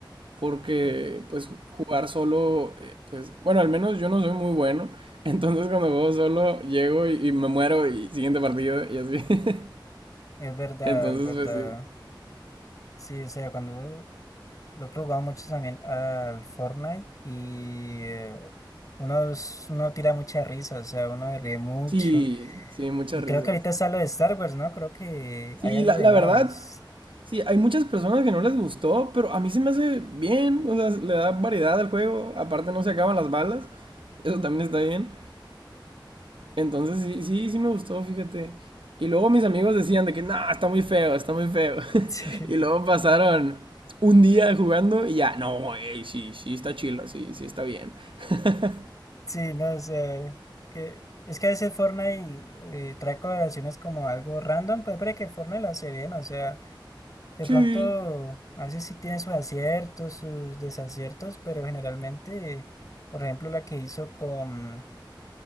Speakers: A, on the right; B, on the left.
A: porque
B: es
A: pues ju- jugar solo, eh, pues bueno, al menos yo no soy muy bueno, <laughs> entonces cuando juego solo llego y, y me muero y siguiente partido y así. <laughs>
B: es verdad,
A: Entonces,
B: es verdad.
A: pues sí,
B: Sí, o sea, cuando Lo otro jugaba mucho también al Fortnite y eh, uno, es- uno tira mucha risa, o sea, uno ríe mucho.
A: sí, sí, muchas
B: Y creo
A: risas.
B: que ahorita está lo de Star Wars, ¿no? Creo que
A: Sí,
B: hay algo
A: la,
B: de
A: la
B: naves.
A: verdad,
B: <laughs>
A: sí, hay muchas personas que no les gustó, pero a mí se me hace bien, o sea, le da variedad al juego, aparte no se acaban las balas, eso también está bien. Entonces, sí, sí, sí me gustó, fíjate. Y luego mis amigos decían de que, no, está muy feo, está muy feo.
B: Sí,
A: Y luego pasaron un día jugando y ya, no, ey, sí, sí, está chila, sí, sí, está bien. <laughs>
B: sí, no, o sea, que, es que a veces Fortnite eh, trae colaboraciones como algo random, pero parece que Fortnite lo hace bien, o sea, de
A: sí,
B: pronto a veces sí tiene sus aciertos, sus desaciertos, pero generalmente, por ejemplo, la que hizo con...